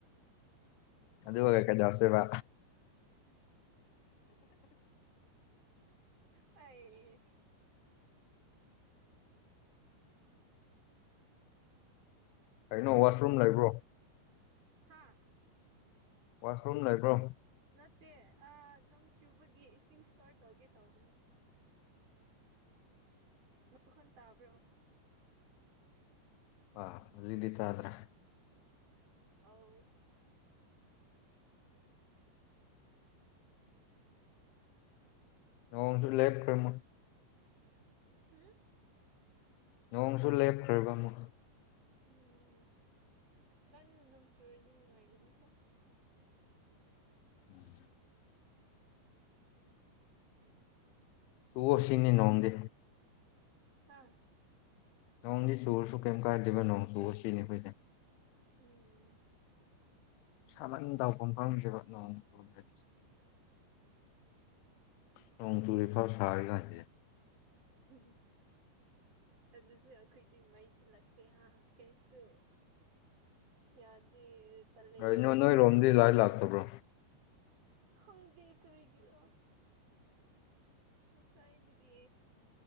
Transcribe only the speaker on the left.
ꯑꯗꯨ ꯍꯦ ꯀ ꯁꯦꯕ
ꯀꯩꯅꯣ ꯋꯥꯁꯔꯨꯝ ꯂꯩꯕ꯭ꯔꯣ
ꯋꯥꯁꯔꯨꯝ ꯂꯩꯥꯏꯀ꯭ꯔꯣ
ꯑ ꯑꯗꯨ ꯏꯗꯤꯇ꯭ꯔ
ꯅꯣꯡꯁꯨ ꯂꯦꯞꯈ꯭ꯔꯦꯃ
ꯅꯣꯡꯁꯨ ꯂꯦꯞꯈ꯭ꯔꯕ ꯑꯃ
ꯎꯝ ꯆꯨꯑꯣ ꯁꯤꯅꯤ ꯅꯣꯡꯗꯤ
ꯅꯣꯡꯗꯤ ꯆꯨꯔꯁꯨ ꯀꯩꯝ ꯀꯥꯏꯗꯦꯕ ꯅꯣꯡ ꯆꯨꯔ ꯁꯤꯅꯤ ꯑꯩꯈꯣꯏꯁꯦ
ꯁꯥꯃꯟ ꯇꯥꯎꯐꯝ ꯈꯪꯗ꯭ꯔꯤꯕ ꯅꯣꯡ ꯎꯗ꯭ꯔꯦ ꯅꯣꯡ ꯆꯨꯔꯤꯦꯐꯥꯎ ꯁꯥꯔꯤꯒꯁꯦ
ꯀꯅꯣ ꯅꯣꯏꯔꯣꯝꯗꯤ ꯂꯥꯏ ꯂꯥꯛꯇꯕ꯭ꯔꯣ